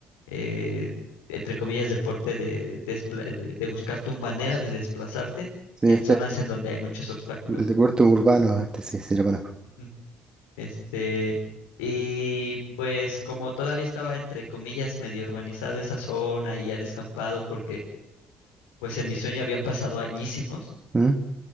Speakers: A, on the left (about 90°); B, on the right (about 30°).
A: eh, entre comillas, deporte de, despla- de, de buscar tu manera de desplazarte
B: Sí,
A: en
B: este
A: zonas
B: es
A: en donde hay muchos obstáculos,
B: el deporte
A: ¿no?
B: urbano, este sí, sí lo conozco.
A: Ujú. Este, y pues como todavía estaba, entre comillas, medio urbanizado esa zona y ya descampado, porque pues en mi sueño habían pasado añísimos,
B: ¿Mm?